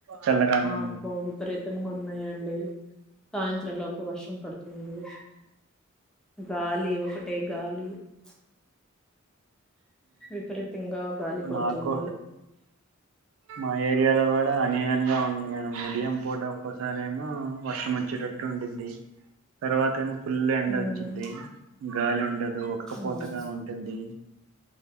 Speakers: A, on the right (about 75°); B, in the centre.
A: చల్లగాని.
B: అబ్బో విపరీతంగా ఉన్నాయండి. సాయంత్రంలోపు వర్షం పడుతు తిన్దు గాలి ఒకటే గాలి ప్చ్ విపరీతంగా గాలి పడుతుంది.
A: మాకు మా ఏరియాలో కూడా అన్వెన్ గా ఉంది మేడం ఉదయం పూట ఒక్కసారేమో వర్షం వచ్చేటట్టు ఉండిది తర్వాత ఏమో ఫుల్ ఎండ
B: ఉమ్,
A: వచ్చిది గాలి ఉండదు ఒక్కపోతగా
B: ఉమ్,
A: ఉంటుంది